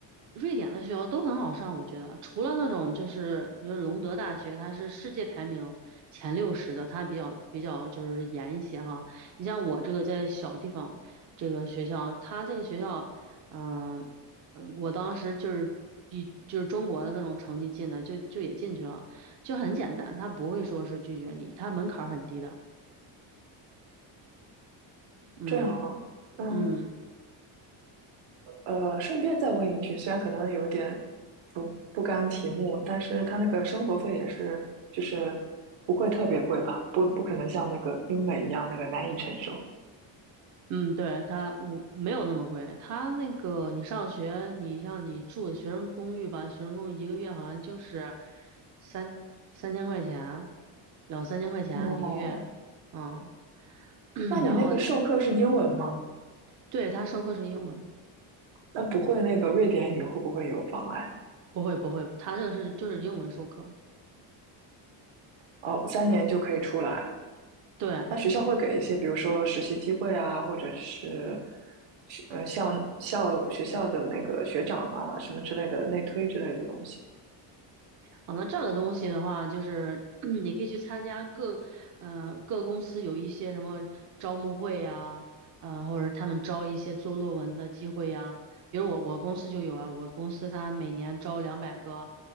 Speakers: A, on the right; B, on the right.
A: 瑞典的学校都很好上，我觉得，除了那种就是你说隆德大学，它是世界排名前六十的，它比较比较就是严一些哈。你像我这个在小地方这个学校，它这个学校，嗯，呃我当时就是比就是中国的那种成绩进的，就就也进去了，就很简单，他不会说是拒绝你，他门槛儿很低的，嗯
B: 这样啊，那
A: 嗯。
B: 呃，顺便再问一句，虽然可能有点不不甘题目，但是他那个生活费也是，就是不会特别贵吧？不，不可能像那个英美一样那个难以承受。
A: 嗯，对，它我没有那么贵，它那个你上学，你像你住的学生公寓吧，学生公寓一个月好像就是三三千块钱，两三千块钱一个月，
B: 哦，
A: 嗯，<clears throat>
B: 那你那个授课是英文吗？
A: 然后对，它授课是英文，
B: 那不会那个瑞典语会不会有妨碍？
A: 不会不会，它这个是就是英文授课，
B: 哦，三年就可以出来。
A: 对。
B: 那学校会给一些，比如说实习机会啊，或者是学呃像校学校的那个学长啊什么之类的内推之类的东西。
A: 啊，那这样的东西的话，就是 <clears throat> 你可以去参加各，嗯，各公司有一些什么招募会呀，嗯，或者他们招一些做论文的机会呀。比如我我公司就有啊，我公司它每年招两百个，